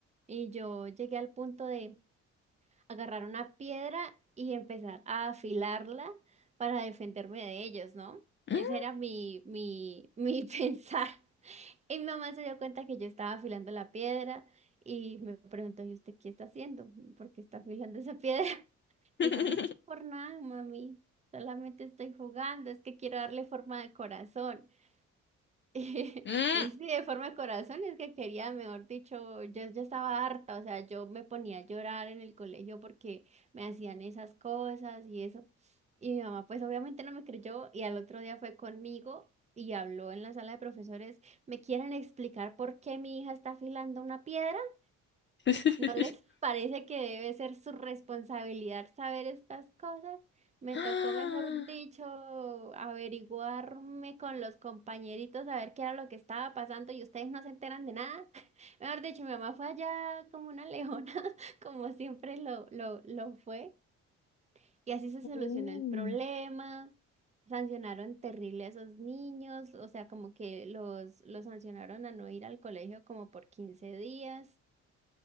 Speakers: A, on the right (about 20°); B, on the left (about 35°).
A: Y yo llegué al punto de agarrar una piedra y empezar a afilarla para defenderme de ellos, ¿no?
B: Mm.
A: Ese era mi, mi, mi <laughs> pensar. Y mi mamá se dio cuenta que yo estaba afilando la piedra y me preguntó, ¿y usted qué está haciendo? ¿Por qué está afilando esa piedra? <laughs>
B: <laughs>
A: Y yo, no, por nada, mami, solamente estoy jugando, es que quiero darle forma de corazón. <laughs> Y
B: Mm.
A: sí, de forma de corazón es que quería, mejor dicho, yo ya estaba harta, o sea, yo me ponía a llorar en el colegio porque me hacían esas cosas y eso. Y mi mamá pues obviamente no me creyó y al otro día fue conmigo y habló en la sala de profesores, ¿me quieren explicar por qué mi hija está afilando una piedra?
B: <laughs>
A: ¿No les parece que debe ser su responsabilidad saber estas cosas? Me
B: Ah.
A: tocó, mejor dicho, averiguarme con los compañeritos a ver qué era lo que estaba pasando y ustedes no se enteran de nada. <laughs> Mejor dicho, mi mamá fue allá como una leona, <laughs> como siempre lo, lo, lo fue. Y así se
B: Uh.
A: solucionó el problema. Sancionaron terrible a esos niños, o sea, como que los, los sancionaron a no ir al colegio como por 15 días.